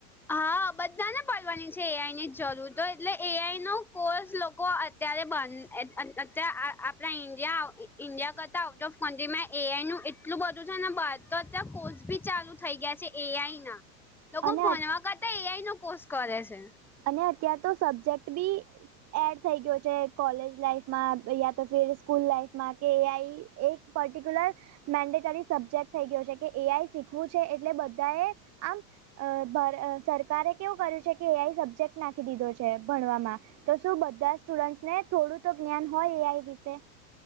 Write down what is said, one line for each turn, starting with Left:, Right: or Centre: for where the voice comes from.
Centre: હા બધાને પડવાની છે એઆઈ ની જરૂરતો એટલે એઆઈ નો કોર્સ લોકો અત્યારે બંધ આપણા ઇન્ડિયા ઇન્ડિયા કરતા આઉટ ઓફ કન્ટ્રીમાં એઆઈ નું એટલું બધું છે ને બર તો અત્યારે કોર્સ ભી ચાલુ થઈ ગયા છે એ આઈ ના લોકો
Right: અને
Centre: ભણવા કરતા એ આઈ નો કોર્ષ કરે છે.
Right: અને અત્યાર તો સબ્જેક્ટ બી એડ થઈ ગયો છે કોલેજ લાઈફમાં યા તો ફર સ્કૂલ લાઈફમાં કે એ આઈ એક પર્ટિક્યુલર. મેન્ડેટરી સબ્જેક્ટ થઈ ગયો છે કે એ આઈ શીખવું છે એટલે બધા એ આમ અ ભારે સરકારે કેવું કર્યું છે કે એ આઈ સબ્જેક્ટ નાખી દીધો છે ભણવામાં. તો શું બધા સ્ટુડન્ટસ ને થોડું તો જ્ઞાન હોય એ આઈ વિશે.